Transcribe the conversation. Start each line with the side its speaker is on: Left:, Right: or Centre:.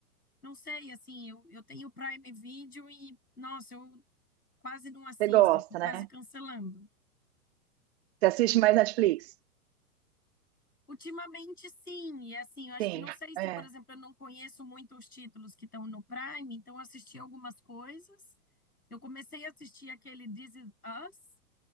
Left: não sei, assim, eu, eu tenho Prime Video e, nossa, eu quase não assisto,
Right: você gosta,
Left: eu tô quase
Right: né?
Left: cancelando.
Right: Você assiste mais Netflix?
Left: Ultimamente, sim, e assim, eu acho
Right: Sim,
Left: que não sei se,
Right: é.
Left: por exemplo, eu não conheço muito os títulos que estão no Prime, então eu assisti algumas coisas. Eu comecei a assistir aquele This Is Us,